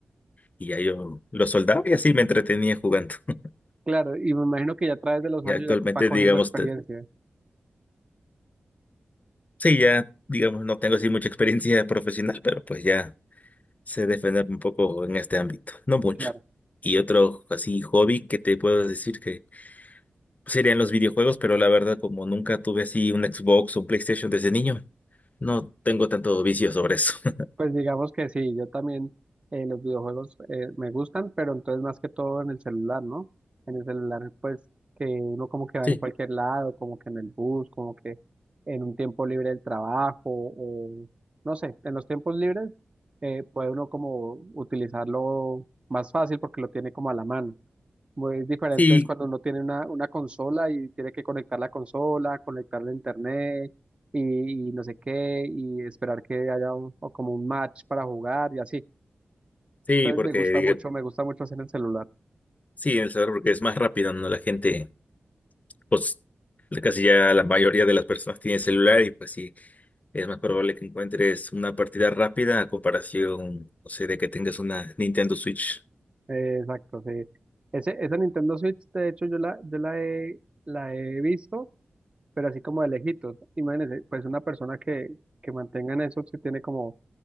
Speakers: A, on the left; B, on the right.
A: Y ya yo los soldaba y así me entretenía jugando. <laughs>
B: Claro, y me imagino que ya a través de los
A: Y
B: años
A: actualmente,
B: ya va cogiendo
A: digamos,
B: experiencia.
A: Sí, ya, digamos, no tengo así mucha experiencia profesional, pero pues ya sé defenderme un poco en este ámbito, no mucho.
B: claro
A: Y otro así hobby que te puedo decir que serían los videojuegos, pero la verdad como nunca tuve así un Xbox o un PlayStation desde niño, no tengo tanto vicio sobre eso. <laughs>
B: Pues digamos que sí, yo también eh, los videojuegos eh, me gustan, pero entonces más que todo en el celular, ¿no? En el celular, pues que uno como que va
A: Sí,
B: en cualquier lado, como que en el bus, como que en un tiempo libre del trabajo, o no sé, en los tiempos libres eh, puede uno como utilizarlo más fácil porque lo tiene como a la mano. Muy diferente
A: sí,
B: es cuando uno tiene una, una consola y tiene que conectar la consola, conectar la internet y, y no sé qué, y esperar que haya un- o como un match para jugar y así.
A: sí,
B: Entonces
A: porque
B: me gusta
A: diga-
B: mucho, me gusta mucho hacer el celular.
A: sí, en El Salvador porque es más rápido, ¿no? La gente pues casi ya la mayoría de las personas tienen celular y pues sí, es más probable que encuentres una partida rápida a comparación, no sé, de que tengas una Nintendo Switch.
B: Eh, exacto, sí. Ese, esa Nintendo Switch, de hecho, yo la, yo la he, la he visto, pero así como de lejitos. Imagínense, pues una persona que, que mantenga en eso, si tiene como